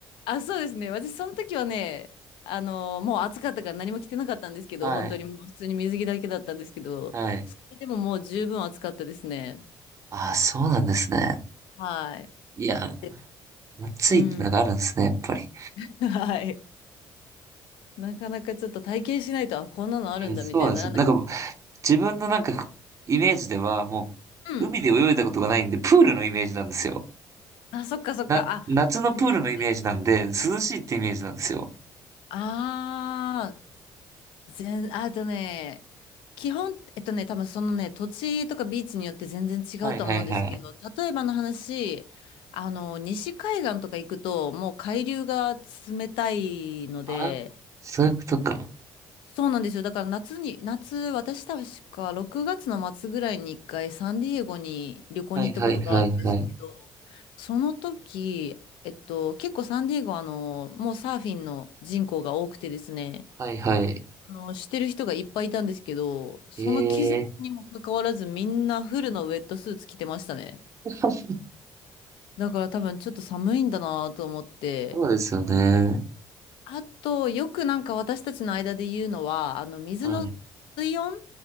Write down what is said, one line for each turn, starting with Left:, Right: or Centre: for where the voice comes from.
Left: あ、そうですね。私、その時はね、あの、もう暑かったから何も着てなかったんですけど、
Right: はい。
Left: 本当にもう普通に水着だけだったんですけど、
Right: はい。
Left: それでももう十分暑かったですね。
Right: ああ、そうなんですね。
Left: はい。
Right: いや、
Left: で、
Right: 暑いってのがあるんですね、
Left: うん。
Right: やっぱり。
Left: <laughs> はい。なかなかちょっと体験しないと、あ、こんなのあるんだみたいにならない。
Right: はい、そうなんですよ。なんか、自分のなんか、イメージでは、もう、
Left: うん。
Right: 海で泳いだことがないんで、プールのイメージなんですよ。
Left: あ、そっかそっか。
Right: な、
Left: あ、
Right: 夏のプールのイメージなんで、
Left: 全然。
Right: 涼しいってイメージなんですよ。
Left: あ全、あとね、基本、えっとね、多分そのね、土地とかビーチによって全然違うとは思うんですけど、
Right: はいはいはい。
Left: 例えばの話、あの、西海岸とか行くと、もう海流が冷たいので、
Right: あ、そういうことか。
Left: そうなんですよ。だから夏に、夏、私確か6月の末ぐらいに一回サンディエゴに旅行に行ったことがあるんですけど、
Right: はいはいはいはい。
Left: その時、えっと、結構サンディエゴはあの、もうサーフィンの人口が多くてですね、
Right: はいはい。
Left: あの、してる人がいっぱいいたんですけど、その季節にもかかわらずみんなフルのウェットスーツ着てましたね。
Right: ええー <laughs>
Left: だから多分ちょっと寒いんだなと思って。
Right: そうですよね。
Left: あと、よくなんか私たちの間で言うのは、あの、水の
Right: はい。
Left: 水温っ